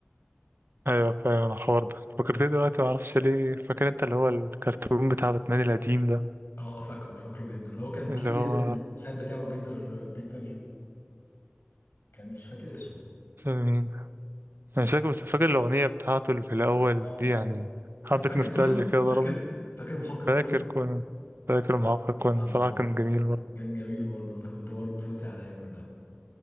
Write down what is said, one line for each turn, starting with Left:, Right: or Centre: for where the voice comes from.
Right: ايوه فاهم انا الحوار ده فكرتني دلوقتي ما اعرفش ليه فاكر انت اللي هو الكرتون بتاع باتمان القديم ده
Left: اه فاكره فاكره جدا هو كان في
Right: اللي هو
Left: المساعد بتاعه بيتر بيتر كان مش فاكر اسمه
Right: اسمه مين انا مش فاكر بس فاكر الاغنيه بتاعته اللي في الاول
Left: اه
Right: دي
Left: اه
Right: يعني حبه
Left: طب فاكر
Right: نوستالجيا
Left: كونان
Right: كده ضربت
Left: فاكر فاكر محقق
Right: فاكر
Left: كونان
Right: كونان فاكر معاق كونان
Left: اه
Right: بصراحه كان جميل برضه
Left: كان جميل برضه انا كنت برضه طفولتي عليا كلها